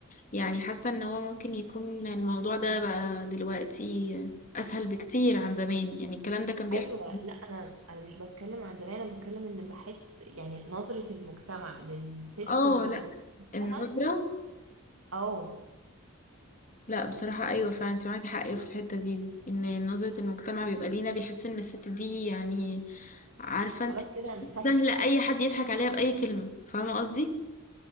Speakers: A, on the left (about 40°); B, on the right (about 80°).
A: يعني حاسة ان هو ممكن يكون الموضوع ده بقى دلوقتي اسهل بكتير عن زمان يعني الكلام ده كان بيحصل
B: ايوه لا انا انا مش بتكلم عن زمان انا بتكلم ان بحس يعني نظرة المجتمع للست
A: اه
B: المطلقة
A: لا
B: نفسها
A: النظرة
B: اه
A: لا بصراحة أيوة فعلا انت معاكي حق في الحتة دي ان نظرة المجتمع بيبقى لينا بيحس ان الست دي يعني عارفة انت
B: خلاص كده انتهت
A: سهلة أي حد يضحك عليها بأي كلمة فاهمة قصدي؟